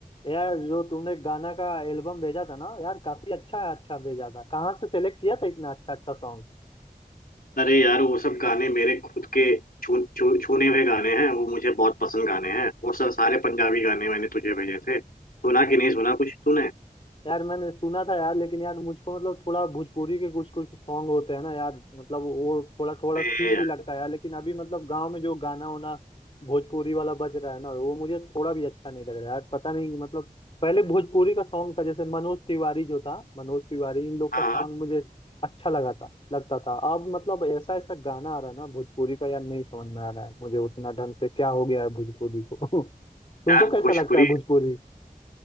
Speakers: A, on the left; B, on the left.
A: यार जो तुमने गाना का एल्बम भेजा था ना यार काफी अच्छा अच्छा भेजा था कहाँ से सेलेक्ट किया था इतना अच्छा अच्छा सॉन्ग
B: अरे यार वो सब गाने मेरे खुद के छू, छू, छूने हुए गाने हैं वो मुझे बहुत पसंद गाने हैं वो सब सारे पंजाबी गाने मैंने तुझे भेजे थे सुना कि नहीं सुना कुछ तूने
A: यार मैंने सुना था यार लेकिन यार मुझको मतलब थोड़ा भोजपुरी के कुछ कुछ सॉन्ग होते हैं ना यार मतलब वो थोड़ा थोड़ा
B: अरे
A: ठीक
B: यार
A: भी लगता है यार लेकिन अभी मतलब गांव में जो गाना होना भोजपुरी वाला बज रहा है ना वो मुझे थोड़ा भी अच्छा नहीं लग रहा है यार पता नहीं मतलब पहले भोजपुरी का सॉन्ग था जैसे मनोज तिवारी जो था मनोज तिवारी इन लोग
B: हाँ
A: का सॉन्ग मुझे अच्छा लगा था लगता था अब मतलब ऐसा ऐसा गाना आ रहा है ना भोजपुरी का यार नहीं समझ में आ रहा है मुझे उतना ढंग से क्या हो गया है भोजपुरी को <laughs> तुमको
B: यार
A: कैसा
B: भोजपुरी
A: लगता है भोजपुरी